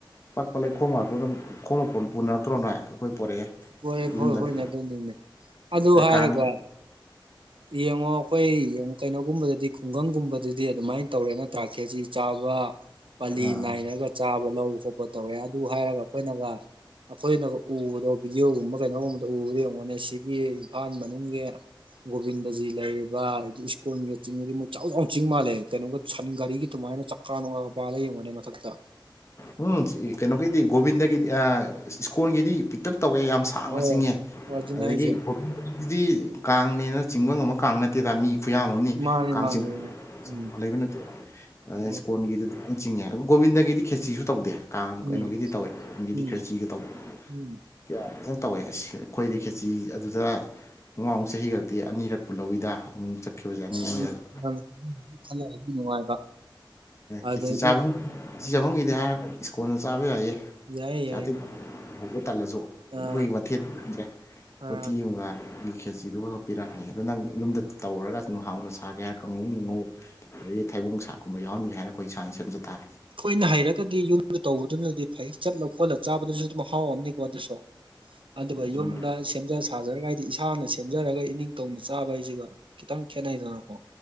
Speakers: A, on the left (about 35°); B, on the right (about 85°).
A: ꯄꯠꯂꯩ ꯈꯣꯝ ꯉꯥꯛꯇꯣ ꯑꯗꯨꯝ ꯈꯣꯝꯛꯄ ꯄꯨꯅꯔꯛꯇ꯭ꯔꯣ ꯅꯣꯏ ꯄꯣꯔꯛꯑꯦ
B: ꯍꯣꯏꯦ
A: ꯌꯨꯝꯗꯒ
B: ꯍꯣꯏ ꯍꯣꯏꯅꯦ ꯑꯗꯨꯅꯤꯅꯦ ꯑꯗꯨ
A: ꯑꯗꯩ
B: ꯍꯥꯏꯔꯒ
A: ꯀꯥꯡ
B: ꯌꯦꯡꯉꯣ ꯑꯩꯈꯣꯏ ꯌꯦꯡꯉ ꯀꯩꯅꯣꯒꯨꯝꯕꯗꯗꯤ ꯈꯨꯡꯒꯪꯒꯨꯝꯕꯗꯗꯤ ꯑꯗꯨꯃꯥꯏꯅ ꯇꯧꯔꯦꯅ ꯇ꯭ꯔꯥꯛꯀꯦꯁꯤ ꯆꯥꯕ ꯄꯥꯂꯤ
A: ꯑ
B: ꯅꯥꯏꯔꯒ ꯆꯥꯕ ꯂꯧꯕ ꯈꯣꯠꯄ ꯇꯧꯔꯦ ꯑꯗꯨ ꯍꯥꯏꯔꯒ ꯑꯩꯈꯣꯏꯅꯒ ꯑꯩꯈꯣꯏꯅꯒ ꯎꯕꯗꯣ ꯚꯤꯗꯤꯑꯣꯒꯨꯝꯕ ꯀꯩꯅꯣꯒꯨꯝꯕꯗ ꯎꯕꯗ ꯌꯦꯡꯉꯣꯅꯦ ꯁꯤꯒꯤ ꯏꯝꯐꯥꯜ ꯃꯅꯨꯡꯒꯤ ꯒꯣꯕꯤꯟꯗꯖꯤ ꯂꯩꯔꯤꯕ ꯁ꯭ꯀꯨꯜꯒꯤ ꯆꯤꯡꯗꯤ ꯃꯣꯏꯛ ꯆꯥꯎꯅ ꯆꯤꯡ ꯃꯥꯜꯂꯦ ꯀꯩꯅꯣ ꯁꯟ ꯒꯥꯔꯤꯒꯤ ꯑꯗꯨꯃꯥꯏꯅ ꯆꯥꯛꯀꯥ ꯅꯨꯡꯀꯥꯒ ꯄꯥꯂꯒ ꯌꯦꯡꯉꯅꯦ ꯃꯊꯛꯇ
A: ꯎꯝ ꯀꯩꯅꯣꯒꯤꯗꯤ ꯒꯣꯕꯤꯟꯗꯒꯤꯗꯤ ꯏꯁꯀꯣꯟꯒꯤꯗꯤ ꯄꯤꯛꯇꯛ ꯇꯧꯑꯦ ꯌꯥꯝ ꯁꯥꯡꯅ
B: ꯍꯣꯏ
A: ꯆꯤꯡꯉꯦ
B: ꯍꯣꯏ ꯑꯗꯨꯅꯦ
A: ꯑꯗꯒꯤꯗꯤ
B: ꯍꯥꯏꯁꯦ
A: ꯀꯥꯡꯅꯦꯅ ꯆꯤꯡꯕ ꯉꯝꯕ ꯀꯥꯡ ꯅꯠꯇꯦꯗ ꯃꯤ ꯈꯨꯌꯥꯝ ꯑꯃꯅꯤ
B: ꯃꯥꯅꯦ
A: ꯀꯥꯡꯆꯤꯡ
B: ꯃꯥꯅꯦ ꯎꯝ
A: ꯂꯩꯕꯅ ꯑ
B: ꯎꯝ
A: ꯏꯁꯀꯣꯟꯒꯤꯗꯨ ꯆꯤꯡꯉꯦ ꯑ ꯒꯣꯕꯤꯟꯗꯒꯤꯗꯤ ꯈꯦꯆꯤꯁꯨ ꯇꯧꯗꯦ ꯀꯥꯡ
B: ꯎꯝ
A: ꯀꯩꯅꯣꯒꯤꯗꯤ ꯇꯧꯏꯦꯒꯤꯗꯤ
B: ꯎꯝ
A: ꯈꯔ ꯆꯤꯒ ꯇꯧ
B: ꯎꯝ
A: ꯀꯌꯥ ꯀ ꯇꯧꯋꯦ ꯑꯩꯈꯣꯏꯗꯤ ꯈꯦꯆꯤ ꯑꯗꯨꯗ ꯃꯨꯥꯎꯃꯨꯛ ꯆꯍꯤ ꯈꯛꯇꯤ ꯑꯅꯤꯔꯛꯄꯨ ꯂꯧꯏꯤꯗ ꯑꯃꯨꯛ ꯆꯠꯈꯤꯕꯁꯦ ꯑꯅꯤ ꯑꯅꯤꯔꯛ
B: ꯎꯝ ꯃꯥꯅꯦ ꯈꯟꯅꯔꯗꯤ ꯅꯨꯡꯉꯥꯏꯕ ꯑꯗꯒꯤ
A: ꯈꯦꯆꯤ ꯆꯥꯐꯝ ꯈꯦꯆꯤ
B: ꯎꯝ
A: ꯆꯥꯐꯝꯒꯤꯗꯤ ꯍꯥꯏꯔ ꯏꯁꯀꯣꯟꯜꯅ ꯆꯥꯕ ꯌꯥꯏꯌꯦ
B: ꯌꯥꯏ
A: ꯌꯥꯗ
B: ꯌꯥꯏ ꯌꯥꯏ
A: ꯇꯜꯂꯁꯨ
B: ꯑꯥ
A: ꯑꯩꯈꯣꯏ ꯃꯊꯦꯜꯠꯗ꯭ꯔꯦ
B: ꯑꯥ
A: ꯄꯣꯇꯤ ꯑꯃꯒ ꯈꯦꯖꯤꯗꯨꯒ ꯈꯛ ꯄꯤꯔꯛꯑꯅꯤ ꯑꯗꯣ ꯅꯪ ꯌꯨꯝꯗ ꯇꯧꯔꯒ ꯅꯨꯡ ꯍꯥꯎꯅ ꯁꯥꯒꯦ ꯍꯥꯏꯔ ꯀꯥꯡꯉꯧ ꯅꯨꯡꯉꯧ ꯑꯗꯒꯤ ꯊꯩꯕꯣꯡ ꯆꯥꯛꯀꯨꯝꯕ ꯌꯥꯎꯍꯟꯒꯦ ꯍꯥꯏ ꯑꯩꯈꯣꯏ ꯏꯁꯥꯡꯅ ꯁꯦꯝꯖ ꯇꯥꯔꯦ
B: ꯑꯩꯈꯣꯏꯅ ꯍꯩꯔꯒꯗꯤ ꯌꯨꯝꯗꯨ ꯇꯧꯕꯗꯨꯅꯗꯤ ꯐꯩ ꯆꯠꯂ ꯈꯣꯠꯂ ꯆꯥꯕꯗꯨꯅꯁꯨ ꯑꯗꯨꯝ ꯍꯥꯎꯑꯝꯅꯤꯀꯣ ꯑꯗꯨꯁꯨ ꯑꯗꯨꯒ
A: ꯁꯨꯝ
B: ꯌꯨꯝꯗ ꯁꯦꯝꯖ ꯁꯥꯖꯔꯒ ꯍꯥꯏꯗꯤ ꯏꯁꯥꯅ ꯁꯦꯝꯖꯔꯒ ꯏꯅꯤꯡꯊꯧꯧꯅ ꯆꯥꯕ ꯍꯥꯏꯁꯤꯒ ꯈꯤꯇꯪ ꯈꯦꯠꯅꯩꯗꯅꯀꯣ